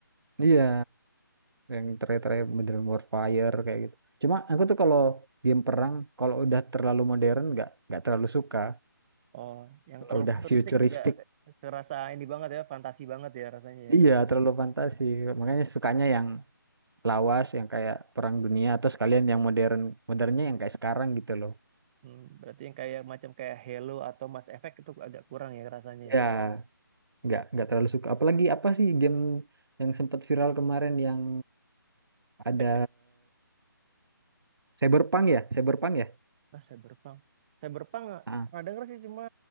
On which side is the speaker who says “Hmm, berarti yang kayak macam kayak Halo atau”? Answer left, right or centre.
Right